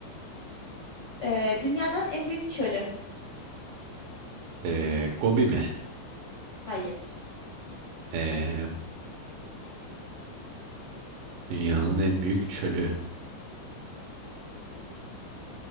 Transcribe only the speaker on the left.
ee, dünyanın en büyük çölü.
Hayır.